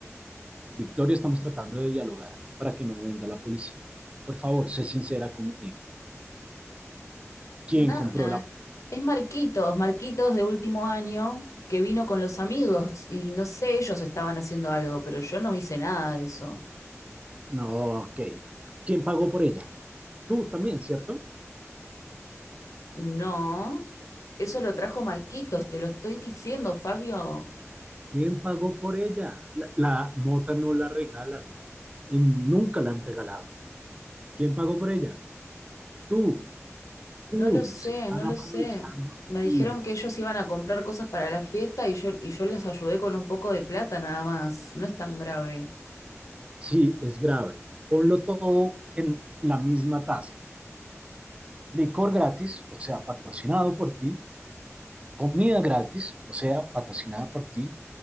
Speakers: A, on the right (about 25°); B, on the left (about 85°).
A: Victoria, estamos tratando de dialogar para que no venga la policía. Por favor, sé sincera conmigo. ¿Quién
B: Nada.
A: compró la...
B: Es Marquitos, Marquitos de último año, que vino con los amigos y no sé, ellos estaban haciendo algo, pero yo no hice nada de eso.
A: No, ok. ¿Quién pagó por ella? Tú también, ¿cierto?
B: No, eso lo trajo Marquitos, te lo estoy diciendo, Fabio.
A: ¿Quién pagó por ella? La, la mota no la regalan. En- nunca la han regalado. ¿Quién pagó por ella? Tú, tú.
B: No lo sé,
A: Se están
B: no lo
A: aprovechando.
B: sé. Me dijeron
A: de
B: que ellos iban a comprar cosas para la fiesta y yo, y yo les ayudé con un poco de plata nada más. No es tan grave.
A: Sí, es grave. Ponlo todo en la misma taza. Licor gratis, o sea, patrocinado por ti. Comida gratis, o sea, patrocinada por ti.